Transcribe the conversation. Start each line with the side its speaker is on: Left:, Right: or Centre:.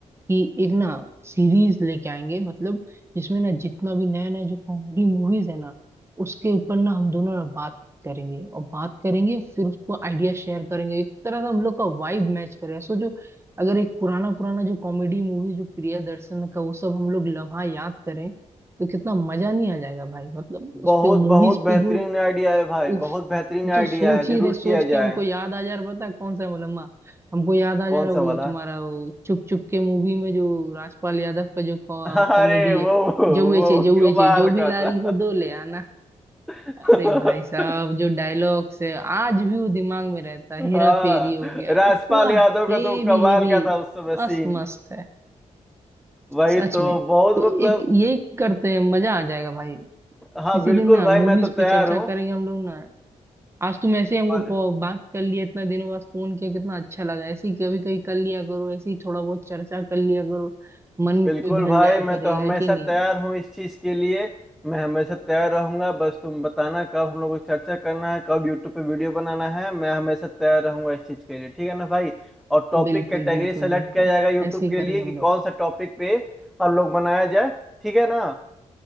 Right: कि एक ना सीरीज लेके आएंगे मतलब जिसमें ना जितना भी नया नया जो कॉमेडी मूवीज है ना उसके ऊपर ना हम दोनों ना बात करेंगे और बात करेंगे फिर उसको आइडिया शेयर करेंगे एक तरह से हम लोग का वाइब मैच करेगा सोचो अगर एक पुराना पुराना जो कॉमेडी मूवी जो प्रियदर्शन का वो सब हम लोग लम्हा याद करें तो कितना मजा नहीं आ जाएगा भाई मतलब
Centre: बहुत
Right: उस पे मूवीज
Centre: बहुत बेहतरीन
Right: पे जो
Centre: आइडिया है भाई
Right: उफ
Centre: बहुत बेहतरीन
Right: हम तो
Centre: आइडिया
Right: सोच
Centre: है
Right: ही
Centre: जरूर
Right: रहे सोच
Centre: किया
Right: के
Centre: जाए
Right: हमको याद आ जा रहा पता है कौन सा मलम्मा हमको याद आ
Centre: कौन
Right: जा रहा वो
Centre: सा वाला
Right: तुम्हारा वो चुप चुप के मूवी में जो राजपाल यादव का जो कॉमेडी
Centre: <laughs> अरे
Right: है
Centre: वो
Right: जौए
Centre: वो
Right: चे जौए
Centre: कमाल
Right: चे जो भी
Centre: का
Right: ला
Centre: था
Right: रही हो दो ले आना
Centre: <laughs>
Right: अरे भाई साहब जो डायलॉग्स है आज भी वो दिमाग में रहता है हेरा
Centre: हाँ
Right: फेरी हो गया
Centre: राजपाल
Right: इतना
Centre: यादव का
Right: हेवी
Centre: तो कमाल
Right: हेवी
Centre: का था उस समय
Right: मस्त
Centre: सीन
Right: मस्त है
Centre: वही
Right: सच
Centre: तो
Right: में
Centre: बहुत
Right: तो
Centre: मतलब
Right: एक यही करते हैं मजा आ जाएगा भाई
Centre: हाँ
Right: इसी
Centre: बिल्कुल
Right: दिन ना
Centre: भाई
Right: मूवीज
Centre: मैं तो
Right: पे
Centre: तैयार
Right: चर्चा
Centre: हूँ
Right: करेंगे हम लोग ना आज तुम ऐसे ही हमको
Centre: और
Right: कॉ- बात कर लिया इतना दिनों बाद फोन किया कितना अच्छा लगा ऐसे ही कभी कभी कर लिया करो ऐसे ही थोड़ा बहुत चर्चा कर लिया करो मन
Centre: बिल्कुल
Right: भी बहल
Centre: भाई
Right: जाया
Centre: मैं
Right: करेगा
Centre: तो हमेशा
Right: है कि नहीं
Centre: तैयार हूँ इस चीज के लिए मैं हमेशा तैयार रहूंगा बस तुम बताना कब हम लोग को चर्चा करना है कब यूट्यूब पे वीडियो बनाना है मैं हमेशा तैयार रहूंगा इस चीज के लिए ठीक है ना भाई और टॉपिक
Right: बिल्कुल
Centre: कैटेगरी
Right: बिल्कुल
Centre: सेलेक्ट
Right: बिल्कुल
Centre: किया जाएगा यूट्यूब
Right: ऐसे ही
Centre: के
Right: करेंगे
Centre: लिए
Right: हम
Centre: कि
Right: लोग
Centre: कौन सा टॉपिक पे हम लोग बनाया जाए ठीक है ना